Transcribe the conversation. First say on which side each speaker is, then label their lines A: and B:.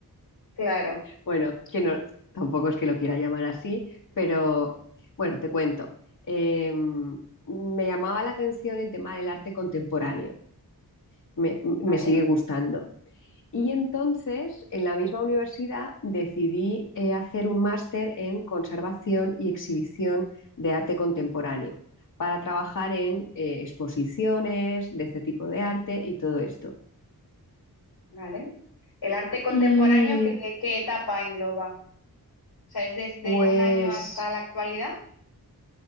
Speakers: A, on the left; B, on the left.
A: Claro,
B: Bueno, que no, tampoco es que lo quiera llamar así, pero bueno, te cuento. Eh, me llamaba la atención el tema del arte contemporáneo. Me, me
A: vale,
B: sigue gustando. Y entonces, en la misma universidad, decidí eh, hacer un máster en conservación y exhibición de arte contemporáneo para trabajar en eh, exposiciones de este tipo de arte y todo esto.
A: vale. El arte contemporáneo,
B: Y
A: ¿qué, qué etapa engloba? O sea, ¿es desde
B: pues,
A: un año hasta la actualidad?